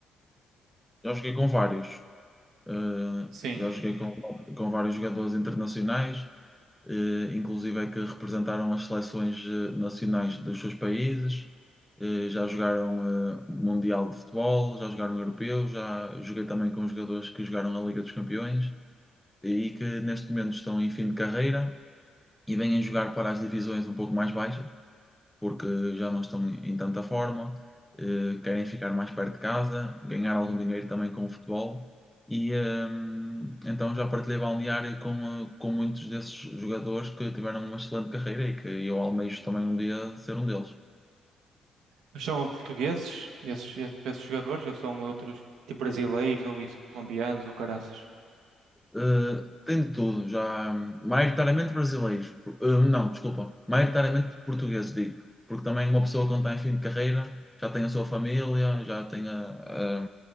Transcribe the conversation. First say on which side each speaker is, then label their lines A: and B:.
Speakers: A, in the centre; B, on the right.
A: Já joguei com vários, eh,
B: Sim.
A: já joguei com, com vários jogadores internacionais, eh, inclusive é que representaram as seleções eh, nacionais dos seus países, eh, já jogaram eh, Mundial de Futebol, já jogaram Europeu, já joguei também com jogadores que jogaram a Liga dos Campeões e que neste momento estão em fim de carreira e vêm jogar para as divisões um pouco mais baixas, porque já não estão em tanta forma, eh, querem ficar mais perto de casa, ganhar algum dinheiro também com o futebol. E ehm, então já partilhei balneário com, eh, com muitos desses jogadores que tiveram uma excelente carreira e que eu almejo também um dia ser um deles.
B: Mas são portugueses, esses, esses jogadores, ou são outros, tipo brasileiros, ou isso, colombianos, ou caraças?
A: Eh, tem de tudo, já hum, maioritariamente brasileiros, por- eh, não, desculpa, maioritariamente portugueses, digo, porque também uma pessoa quando está em fim de carreira já tem a sua família, já tem a,